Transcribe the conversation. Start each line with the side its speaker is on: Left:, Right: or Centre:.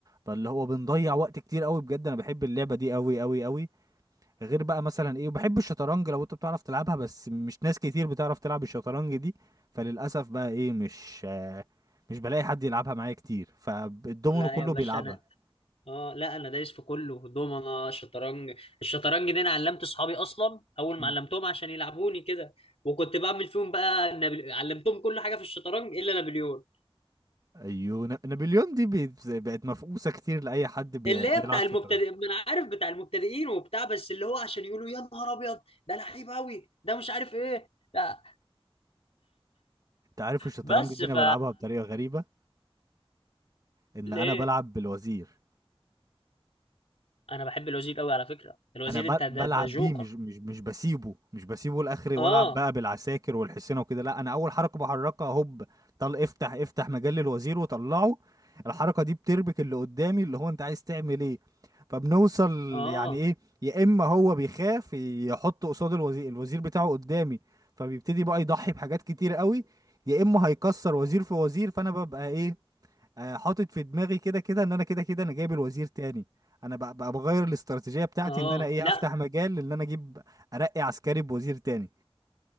Right: فاللي هو بنضيع وقت كتير قوي بجد انا بحب اللعبه دي قوي قوي قوي غير بقى مثلا ايه وبحب الشطرنج لو انت بتعرف تلعبها بس مش ناس كتير بتعرف تلعب الشطرنج دي فللاسف بقى ايه مش آه، مش بلاقي حد يلعبها معايا كتير فالدومينو
Left: لا
Right: كله
Left: يا باشا
Right: بيلعبها
Left: انا اه لا انا دايس في كله دومنه شطرنج الشطرنج دي انا علمت اصحابي اصلا اول ما
Right: مم.
Left: علمتهم عشان يلعبوني كده وكنت بعمل فيهم بقى نابل... علمتهم كل حاجه في الشطرنج الا نابليون
Right: ايوه ن- نابليون دي بقت بقت مفقوسه كتير لاي حد بي-
Left: اللي
Right: بيلعب
Left: هي بتاع
Right: شطرنج
Left: المبتدئ ما انا عارف بتاع المبتدئين وبتاع بس اللي هو عشان يقولوا يا نهار ابيض ده لعيب قوي ده مش عارف ايه لا
Right: انت عارف الشطرنج
Left: بس
Right: دي
Left: ف
Right: انا بلعبها بطريقه غريبه ان
Left: ليه
Right: انا بلعب بالوزير
Left: انا بحب الوزير قوي على فكره الوزير
Right: انا ب-
Left: انت ده,
Right: بلعب
Left: ده جوكر
Right: بيه مش مش مش بسيبه مش بسيبه لاخر
Left: اه
Right: والعب بقى بالعساكر والحصينه وكده لا انا اول حركه بحركها هوب طل افتح افتح مجال للوزير وطلعه الحركه دي بتربك اللي قدامي اللي هو انت عايز تعمل ايه فبنوصل
Left: اه
Right: يعني ايه يا اما هو بيخاف يحط قصاد الوزير الوزير بتاعه قدامي فبيبتدي بقى يضحي بحاجات كتير قوي يا اما هيكسر وزير في وزير فانا ببقى ايه آه، حاطط في دماغي كده كده ان انا كده كده انا جايب الوزير تاني انا بقى, بقى بغير الاستراتيجيه بتاعتي
Left: اه
Right: ان انا ايه
Left: لا
Right: افتح مجال ان انا اجيب ارقي عسكري بوزير تاني